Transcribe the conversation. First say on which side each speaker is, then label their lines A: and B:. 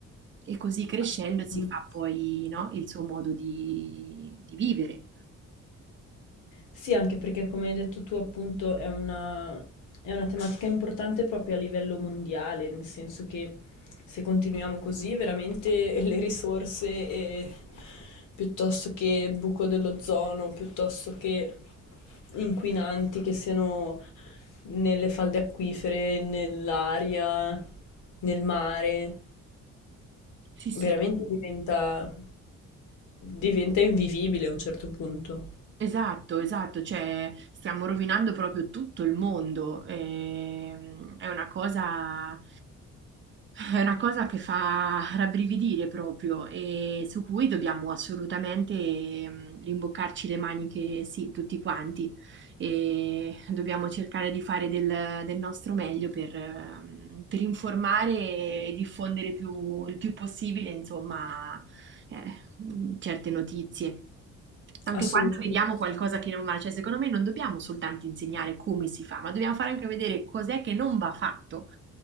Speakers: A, on the right (about 40°); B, on the left (about 80°).
A: e così crescendo
B: Assolutamente.
A: si fa poi, no, il suo modo di, di vivere.
B: Sì, anche perché come hai detto tu, appunto, è una, è una tematica importante proprio a livello mondiale, nel senso che se continuiamo così, veramente <laughs> le risorse, eh, piuttosto che buco dell'ozono, piuttosto che inquinanti che siano nelle falde acquifere, nell'aria, nel mare,
A: Sì, sì.
B: veramente diventa, diventa invivibile a un certo punto.
A: Esatto, esatto, cioè stiamo rovinando proprio tutto il mondo. ehm, è una cosa, è una cosa che fa rabbrividire proprio e su cui dobbiamo assolutamente ehm, rimboccarci le maniche, sì, tutti quanti. E dobbiamo cercare di fare del, del nostro meglio per, ehm, per informare e diffondere più- il più possibile, insomma, eh, certe notizie. Anche
B: Assolutamente.
A: quando vediamo
B: sì.
A: qualcosa che non va, cioè secondo me non dobbiamo soltanto insegnare come si fa, ma dobbiamo fare anche vedere cos'è che non va fatto,